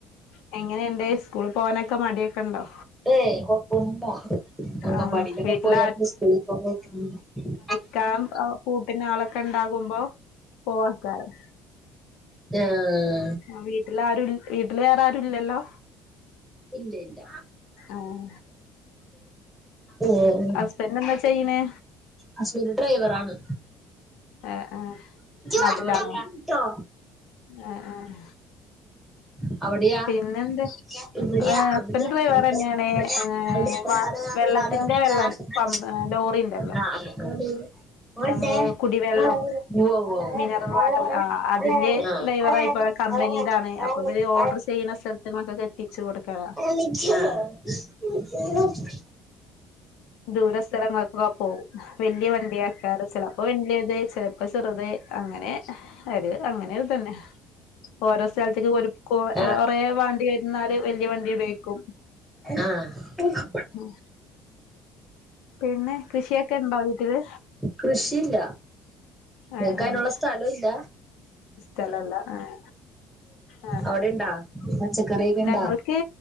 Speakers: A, on the left (about 75°); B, in the centre.
A: എ എങ്ങനേണ്ട്? സ്കൂളി പോകാനൊക്കെ മടിയൊക്കേണ്ടോ?
B: ഏയ് കുഴപ്പൊന്നുല്ല അംഗൻവാടിയിലൊക്കെ
A: ആ വീട്ടിൽ
B: പോയ കാരണം കൊണ്ട് സ്കൂല് പോ <unintelligible>
A: ക്കാൻ ആഹ് കൂട്ടിന് ആളൊക്കെണ്ടാകുമ്പോ പോവാക്കാരം
B: ആഹ്
A: ആഹ് വീട്ടിൽ ആരു, വീട്ടില് വേറെ ആരുല്ലല്ലോ.
B: ഇല്ല ഇല്ല
A: ആ
B: ഉം
A: ഹസ്ബൻഡ് എന്താ ചെയ്യിണെ?
B: ഹസ്ബൻഡ് ഡ്രൈവർ ആണ്
A: ആഹ് ആഹ് നാട്ടിലാണോ?
B: വർത്താനം കേട്ടോ
A: ആഹ് ആഹ്
B: അവിടെയാ?
A: പിന്നെന്ത്
B: ആഹ്
A: ഏഹ് ഹസ്ബൻഡ് ഡ്രൈവറെന്നേണ്
B: ആഹ്
A: ഏഹ് വ
B: ആഹ്
A: വെള്ളത്തിന്റെ വെള്ളം
B: ഉവ്വ
A: പമ്പ് ലോറി ഇണ്ടല്ലോ
B: ഉവ്വാ
A: നമ്മള്
B: <unintelligible>
A: കുടിവെള്ളം
B: ആഹ്
A: മിനറൽ വാട്ടർ ആഹ്
B: ആ
A: അതിന്റെ ഡ്രൈവറായി ഇപ്പ
B: ആ
A: കമ്പനിയിലാണ് അപ്പൊ ഇവര് ഓർഡർ ചെയ്യുന്ന സ്ഥലത്ത് <unintelligible> എത്തിച്ചു കൊടുക്കലാ
B: ആഹ് <unintelligible>
A: ദൂര സ്ഥലങ്ങൾക്കൊക്കെ പോവും. വല്യ വണ്ടി <unintelligible> ചെലപ്പ വല്യത്, ചെലപ്പ ചെറുത് അങ്ങനെ അവര് അങ്ങനെ ഒര്തന്നെ ഓരോ സ്ഥലത്തേക്ക് ഓര് കൊ കൊറെ
B: ആ
A: വണ്ടി വെര്ന്നാല് വല്യ വണ്ടി ഉപയോഗിക്കും
B: ആഹ്
A: ഉം പിന്നെ കൃഷിയൊക്കെ ഉണ്ടോ വീട്ടില്
B: കൃഷി ഇല്ല
A: ഏഹ്
B: നിങ്ങക്കയിനുള്ള
A: ഏഹ്
B: സ്ഥലൊയില്ല
A: സ്ഥലല്ല. ആഹ് ആഹ്
B: അവിടെണ്ടാ
A: ആഹ്
B: പച്ചക്കറിയൊക്കെ ഇണ്ടാ
A: ഞങ്ങൾക്ക്